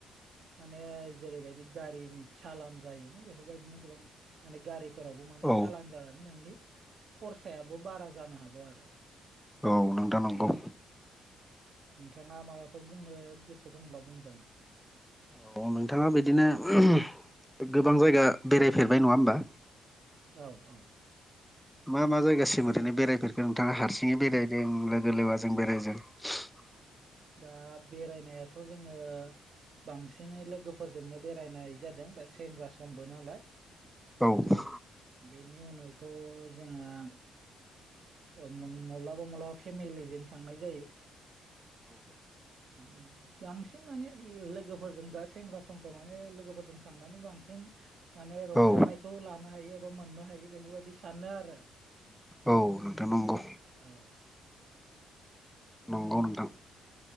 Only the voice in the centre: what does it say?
औ
औ नोंथां नंगौ।
औ नोंथाङा बिदिनो गोबां जायगा बेरायफेरबाय नङा होनबा?
मा मा जायगासिम ओरैनो बेरायफेरफोरखो नोंथाङा हारसिङै बेरायदों लोगो लेवाजों बेरायदों? <inaudible>
औ
औ
औ नोंथां नंगौ।
नंगौ नोंथां